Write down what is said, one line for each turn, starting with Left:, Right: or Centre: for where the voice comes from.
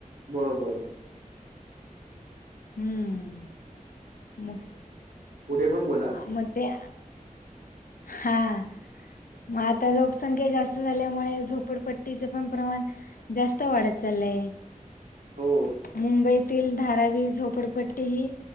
Right: बरोबर.
Left: हमम म
Right: पुढे पण बोला
Left: मग त्या हाआ. मग आता लोकसंख्या जास्त झाल्यामुळे झोपडपट्टीच पण प्रमाण जास्त वाढत चालय.
Right: हो.
Left: मुंबईतील धारावी झोपडपट्टी ही